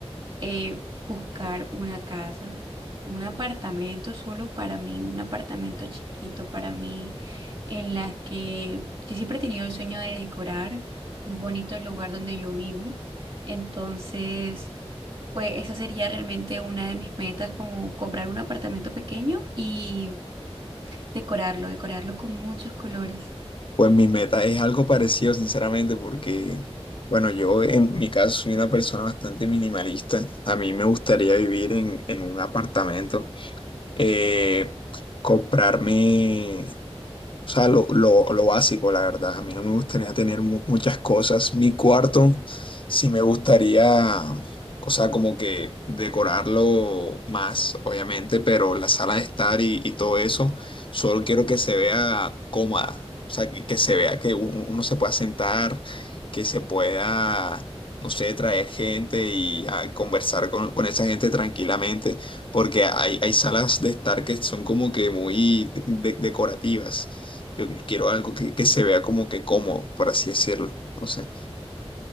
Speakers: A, on the right; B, on the left.
A: eh, buscar una casa, un apartamento solo para mí, un apartamento chiquito para mí, en las que yo siempre he tenido el sueño de decorar muy bonito el lugar donde yo vivo. Entonces, pues esa sería realmente una de mis metas, como comprar un apartamento pequeño y decorarlo, decorarlo con muchos colores.
B: Pues mi meta es algo parecido, sinceramente, porque, bueno, yo en mi caso soy una persona bastante minimalista. A mí me gustaría vivir en, en un apartamento, eh, comprarme o sea, lo, lo, lo básico, la verdad. A mí no me gustaría tener mu- muchas cosas. Mi cuarto sí me gustaría, o sea, como que decorarlo más, obviamente, pero la sala de estar y, y todo eso, solo quiero que se vea cómoda. O sea, que, que se vea que uno, uno se pueda sentar, que se pueda, no sé, traer gente y ah, conversar con, con esa gente tranquilamente porque hay, hay salas de estar que son como que muy de- de- decorativas yo quiero algo que, que se vea como que cómodo, por así decirlo. No sé.